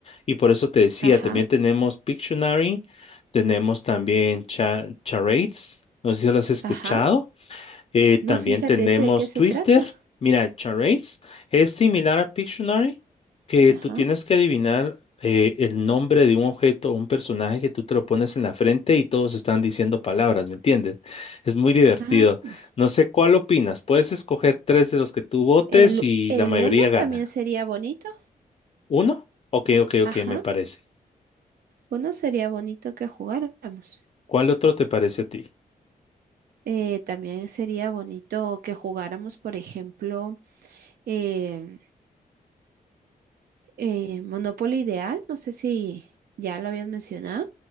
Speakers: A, on the left (about 40°); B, on the right (about 75°).
A: y por eso te decía,
B: Ajá,
A: también tenemos Pictionary tenemos también cha- charades, no sé si lo has escuchado.
B: ajá.
A: Eh,
B: No,
A: también
B: fíjate
A: tenemos
B: ese de qué se
A: Twister.
B: trata.
A: Mira, el charades es similar a Pictionary, que
B: Ajá.
A: tú tienes que adivinar eh, el nombre de un objeto o un personaje que tú te lo pones en la frente y todos están diciendo palabras, ¿me entiendes? Es muy divertido.
B: Ah, bueno.
A: No sé cuál opinas. Puedes escoger tres de los que tú votes
B: El,
A: y
B: el
A: la mayoría
B: uno
A: gana.
B: también sería bonito.
A: ¿Uno? Ok, ok,
B: Ajá.
A: ok, me parece.
B: Uno sería bonito que jugáramos.
A: ¿Cuál otro te parece a ti?
B: Eh, también sería bonito que jugáramos, por ejemplo, em, eh, Monopoly Ideal. No sé si ya lo habías mencionado.